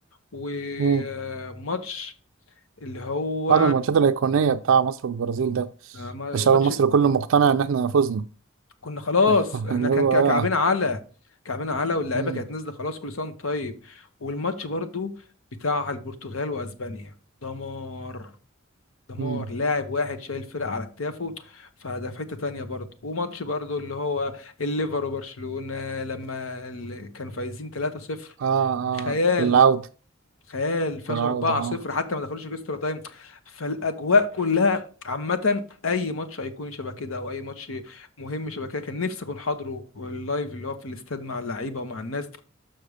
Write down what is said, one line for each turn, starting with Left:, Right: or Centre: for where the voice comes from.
Left: وماتش
Right: امم
Left: اللي هو
Right: بعد من الماتشات الايقونيه بتاع مصر والبرازيل ده
Left: آه، ما-
Right: الشعب
Left: وماتش
Right: المصري كله مقتنع ان احنا فزنا
Left: كنا خلاص
Right: <laughs>
Left: احنا
Right: اللي
Left: كان
Right: هو
Left: كا-
Right: اه
Left: كعبنا على كعبنا على واللعيبه
Right: امم
Left: كانت نازله خلاص كل سنه وانت طيب والماتش برضو بتاع البرتغال واسبانيا دمار دمار
Right: امم
Left: لاعب واحد شايل فرق على كتافه فده في حته تانية برضو وماتش برضو اللي هو الليفر وبرشلونه لما ال- كانوا فايزين 3-0
Right: اه اه
Left: خيال
Right: العوده
Left: تخيل فازوا
Right: العوده
Left: 4-0
Right: اه
Left: حتى ما دخلوش اكسترا تايم فالاجواء كلها عامه اي ماتش هيكون شبه كده او اي ماتش مهم شبه كده كان نفسي اكون حاضره اللايف اللي هو في الاستاد مع اللعيبه ومع الناس